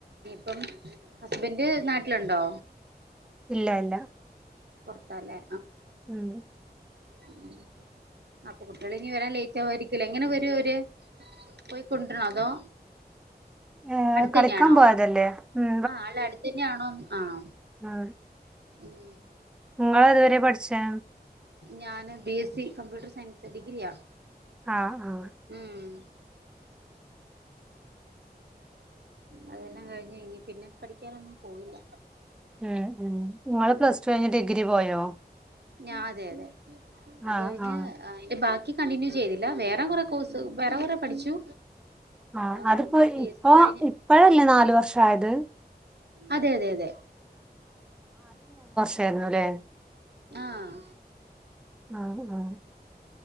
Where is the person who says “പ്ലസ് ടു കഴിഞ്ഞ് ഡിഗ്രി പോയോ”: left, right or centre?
Centre